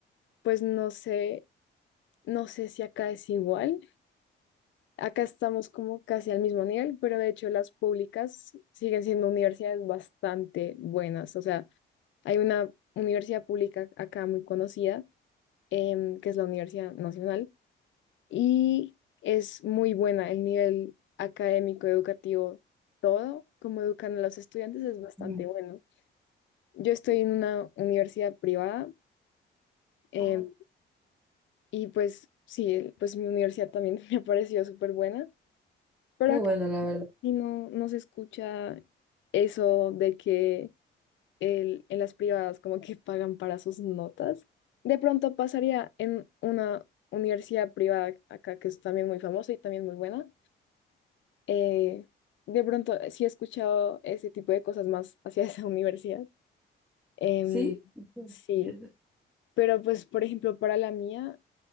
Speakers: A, on the left; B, in the centre.
A: Pues no sé, no sé si acá es igual. Acá estamos como casi al mismo nivel, pero de hecho las públicas siguen siendo universidades bastante buenas. O sea, hay una universidad pública acá muy conocida, em, que es la Universidad Nacional, y es muy buena el nivel académico, educativo, todo, como educan a los estudiantes es bastante
B: Mm.
A: bueno. Yo estoy en una universidad privada, em,
B: Ah,
A: y pues sí, pues mi universidad también <laughs> me ha parecido súper buena. pero
B: qué
A: acá
B: bueno, la verdad.
A: Y no, no se escucha eso de que el- en las privadas como que pagan para sus notas. De pronto pasaría en una universidad privada acá que es también muy famosa y también muy buena. Eh, de pronto sí he escuchado ese tipo de cosas más hacia esa <laughs> universidad. Em,
B: ¿Sí?
A: sí,
B: Entiendo,
A: pero pues por ejemplo para la mía